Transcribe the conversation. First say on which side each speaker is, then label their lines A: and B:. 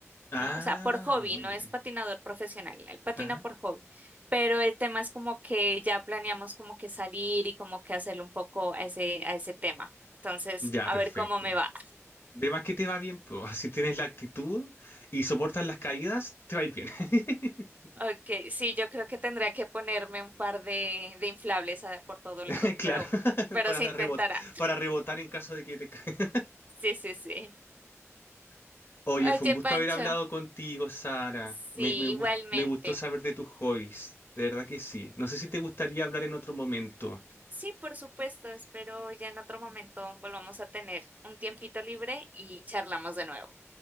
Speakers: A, on the left (about 50°); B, on the right (about 35°).
A: Ah,
B: ¿no? O sea, por hobby,
A: muy
B: no
A: bien.
B: es patinador profesional, él patina
A: Ajá.
B: por hobby. Pero el tema es como que ya planeamos como que salir y como que hacerle un poco a ese, a ese tema. Entonces,
A: Ya,
B: a
A: perfecto.
B: ver cómo me va.
A: De más que te va bien, pues, <laughs> si tienes la actitud y soportas las caídas, te va a ir bien. <laughs>
B: Ok, sí, yo creo que tendría que ponerme un par de, de inflables a- por todo
A: <laughs>
B: lado,
A: Claro,
B: pero,
A: <laughs>
B: pero
A: para,
B: se intentará.
A: rebot- para rebotar en caso de que te caiga.
B: Sí, sí, sí.
A: <laughs> Oye,
B: Oye,
A: fue un gusto
B: Pancho,
A: haber hablado contigo, Sara.
B: sí,
A: Me, me gus-
B: igualmente.
A: me gustó saber de tus hobbies. De verdad que sí. No sé si te gustaría hablar en otro momento.
B: Sí, por supuesto, espero ya en otro momento volvamos a tener un tiempito libre y charlamos de nuevo.